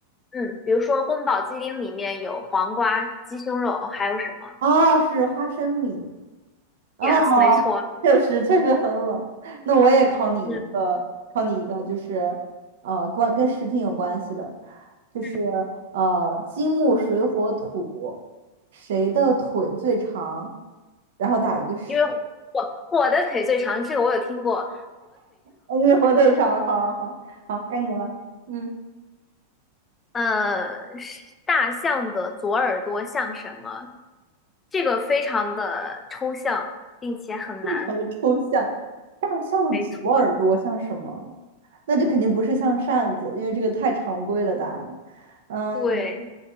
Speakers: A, on the left; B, on the right.
A: 嗯，比如说宫保鸡丁里面有黄瓜、鸡胸肉，还有什么
B: 哦，是花生米。<laughs> 啊，
A: ？Yes，没错，
B: 确实确实很冷。那我也考你一个，
A: 嗯
B: 考你一个，就是呃，关跟食品有关系的，就是
A: 嗯，
B: 呃，金木水火土，谁的腿最长？然后打一个十，
A: 因为火火的腿最长，这个我有听过。
B: 呃因为火腿肠，好好好，好，该你了。嗯，
A: 呃，是大象的左耳朵像什么？这个非常的抽象，并且很难。
B: 非常的抽象。大象的左耳朵像什么？
A: 没错，
B: 那就肯定不是像扇子，因为这个太常规了答案。嗯。
A: 对。